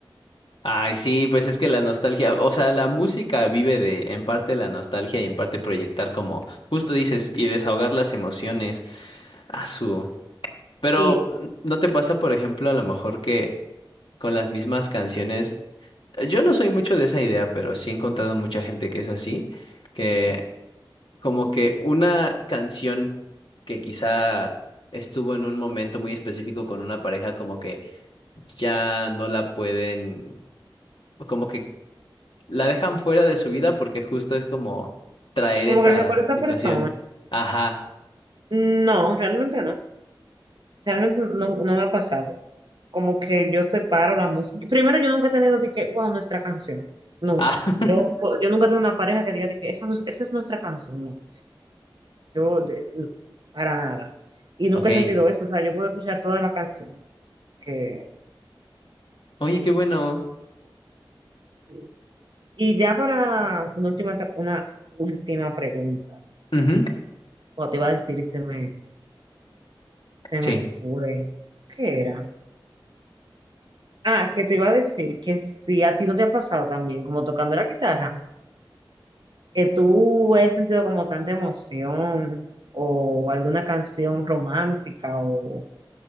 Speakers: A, on the left; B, on the right.
A: Ay, sí, pues es que la nostalgia, o sea, la música vive de, en parte la nostalgia y en parte proyectar como, justo dices, y desahogar las emociones. a su... Pero
B: Y
A: ¿no te pasa, por ejemplo, a lo mejor que con las mismas canciones, yo no soy mucho de esa idea, pero sí he encontrado mucha gente que es así, que
B: sí,
A: como que una canción que quizá estuvo en un momento muy específico con una pareja, como que ya no la pueden, o como que la dejan fuera de su vida porque justo es como traer
B: como
A: esa
B: que recuerdo a esa
A: situación.
B: persona.
A: Ajá.
B: No, realmente no. Realmente no, no me ha pasado. Como que yo separo la música. Primero, yo nunca he tenido de que, wow, nuestra canción. Nunca.
A: Ah, <laughs>
B: Yo, yo nunca he tenido una pareja que diga de que esa, es- esa es nuestra canción. No. Yo, de- no, para nada. Y nunca
A: ok.
B: he sentido eso. O sea, yo puedo escuchar toda la canción. Que
A: Oye, qué bueno.
B: sí. Y ya para una última, ta- una última pregunta.
A: Ujú,
B: O te iba a decir, se me, se
A: Sí.
B: me fue. ¿Qué era? Ah, que te iba a decir que si a ti no te ha pasado también, como tocando la guitarra, que tú has sentido como tanta emoción o alguna canción romántica o,